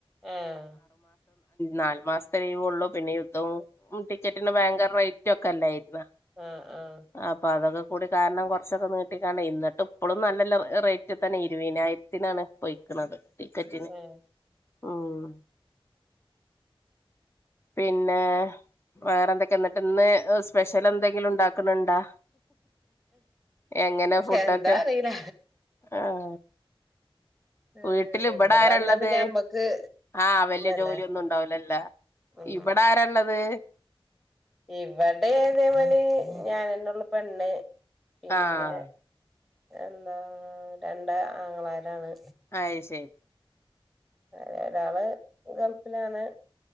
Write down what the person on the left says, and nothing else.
നാല് മാസത്തെ ലീവ ഉള്ളു പിന്നെ യുദ്ധം ടിക്കറ്റിന്റെ ഭയങ്കര റേറ്റ ഒക്കെ അല്ലായിരിന്നൊ
ആ പൊതൊക്കെ കൂടി കാരണം കുറച്ചൊക്കെ നീട്ടിക്കാണ്ട ഇ എന്നിട്ട് ഇപ്പഴും നല്ല റേറ്റ് തന്നെ ഇരുപതിനായിരത്തിനാണ് പൊയിക്കണുന്നത് ടിക്കറ്റ് ന്
ഉം പിന്നെ വേറെ എന്തൊക്കെ എന്നിട്ട് ഇന്ന് സ്പെഷ്യൽ എന്തെങ്കിലും ഉണ്ടാക്കണണ്ടോ എങ്ങനെ ഫുഡൊക്കെ
ആഹ
വീട്ടില ഇവിടെ ആരള്ളത്
ആഹ വല്യ
ജോലിയൊന്നും ഉണ്ടാവലല്ല
ഇവിടെ ആരള്ളത്
ആഹ്
ആ ശരി